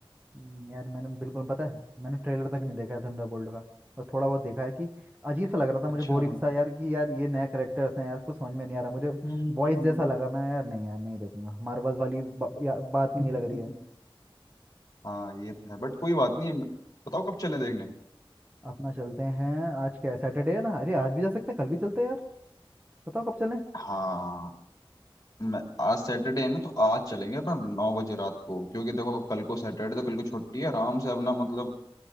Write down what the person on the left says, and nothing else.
अच्छा
हम्म
<laughs>
हाँ ये तो है बट कोई बात नहीं बताओ कब चलें देखने
हाँ मैं आज सैटरडे है ना तो आज चलेंगे अपना नौ बजे रात को क्योंकि देखो कल को सैटरडे तो कल को छुट्टी है आराम से अपना मतलब